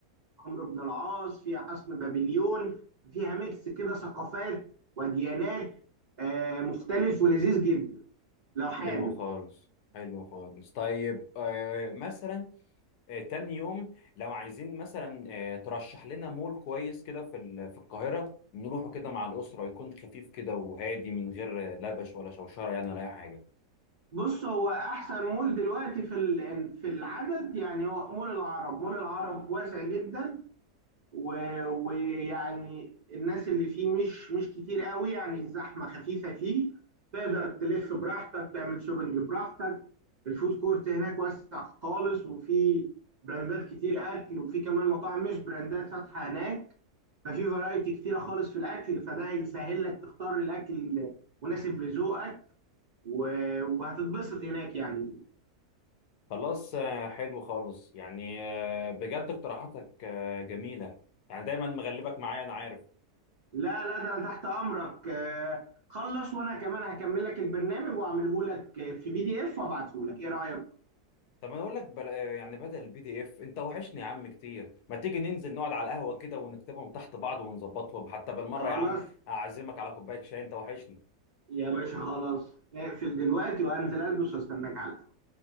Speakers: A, on the right; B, on the left.
A: عمرو بن العاص فيها حصن بابليون فيها ميكس كده ثقافات وديانات آه، مختلف ولذيذ جدا لو حابب
B: حلو خالص حلو خالص طيب آه، مثلا آه، تاني يوم لو عايزين مثلا آه، ترشح لنا مول كويس كده في ال- في القاهرة نروحه كده مع الأسرة يكون خفيف كده وهادي من غير آه، لبش ولا شوشرة يعني ولا أي حاجة
A: بص هو احسن مول دلوقتي في ال- في العدد يعني هو مول العرب مول العرب واسع جدا و- ويعني الناس اللي فيه مش مش كتير قوي يعني الزحمة خفيفة فيه تقدر تلف براحتك تعمل شوبنج براحتك الفود كورت هناك واسع خالص وفي براندات كتير أكل وفي كمان مطاعم مش براندات فاتحة هناك ففي فرايتي كتيرة خالص في الأكل فده هيسهل لك تختار الأكل المناسب لذوقك و- وهتتبسط هناك يعني
B: خلاص آه، حلو خالص يعني آه، بجد اقتراحاتك آه، جميلة يعني دايما مغلبك معايا أنا عارف
A: لا لا ده انا تحت امرك آه، خلص وانا كمان هكمل لك البرنامج واعمله لك آه، في بي دي اف وابعته لك ايه رايك
B: طب أنا أقول لك بل... آه، يعني بدل البي دي إف أنت وحشني يا عم كتير ما تيجي ننزل نقعد على القهوة كده ونكتبهم تحت بعض ونظبطهم حتى بالمرة
A: خلاص
B: يا عم أعزمك على كوباية شاي أنت وحشني
A: يا باشا خلاص اقفل دلوقتي وانزل البس واستناك على القهوة.